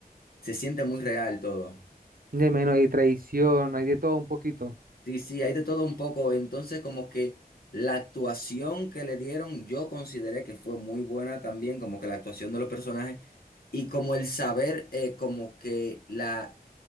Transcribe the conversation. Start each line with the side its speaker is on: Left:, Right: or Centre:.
Left: se siente muy real todo.
Right: ya me imagino, hay traición, hay de todo un poquito.
Left: Sí, sí, hay de todo un poco. Entonces, como que la actuación que le dieron, yo consideré que fue muy buena también, como que la actuación de los personajes y como el saber, eh, como que la